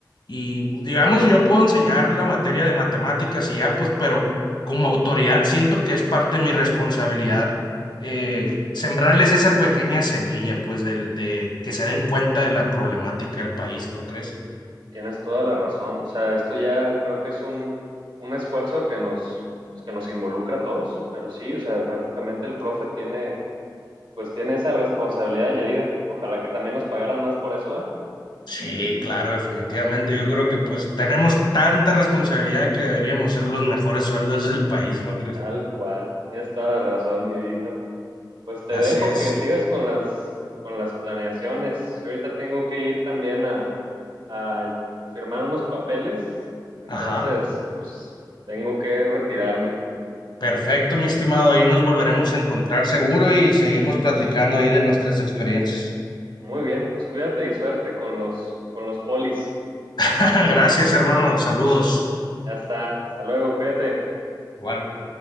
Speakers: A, on the left (about 70°); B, on the right (about 85°).
A: y digamos, yo puedo enseñar la materia de matemáticas y ya, pues, pero como autoridad siento que es parte de mi responsabilidad eh, sembrarles esa pequeña semilla, pues, del, de que se den cuenta de la problemática del país, ¿no crees?
B: Tienes toda la razón. O sea, esto ya creo que es un, un esfuerzo que nos, pues, que nos involucra a todos, pero sí, o sea, prácticamente el profe tiene, pues tiene esa responsabilidad añadida. Ojalá que también nos pagaran más por eso, ¿eh?
A: Sí, claro, definitivamente. Yo creo que pues tenemos tanta responsabilidad que deberíamos ser los mejores sueldos del país, ¿no crees?
B: Tal cual. Tienes toda la razón, mi Vito. Pues te
A: Así
B: dejo
A: es.
B: que sigas con las, con las planeaciones. Yo ahorita tengo que ir también a, a firmar unos papeles, entonces
A: Ajá.
B: pues tengo que retirarme.
A: Perfecto, mi estimado. Ahí nos volveremos a encontrar seguro y seguimos platicando ahí de nuestras experiencias.
B: Muy bien, pues cuídate y suerte con los, con los polis.
A: <laughs> Gracias, hermano. Saludos.
B: Ya está, hasta luego, cuídate.
A: Igual.